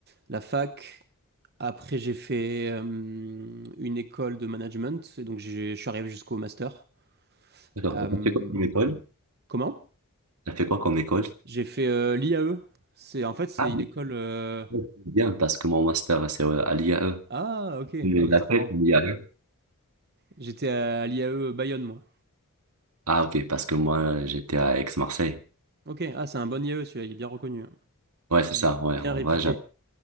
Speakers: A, on the right; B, on the right.
A: la fac, après j'ai fait euh, une école de management, et donc j'ai- je suis arrivé jusqu'au master.
B: D'accord,
A: Euh,
B: t'as fait quoi comme école?
A: comment?
B: T'as fait quoi comme école?
A: J'ai fait l'IAE. C'est en fait c'est
B: Ah
A: une
B: oui,
A: école. euh,
B: Ok, bien, parce que mon master, c'est euh, à l'IAE.
A: Ah, ok.
B: Mais
A: Ah, bah,
B: Laquelle?
A: trop marrant.
B: L'IAE.
A: J'étais à l'IAE Bayonne, moi.
B: Ah ok, parce que moi, j'étais à Aix-Marseille.
A: Ok. Ah, c'est un bon IAE, celui-là. Il est bien reconnu. hein.
B: Ouais, c'est
A: Il
B: ça,
A: est
B: ouais.
A: bien
B: En
A: réputé.
B: vrai, j'avais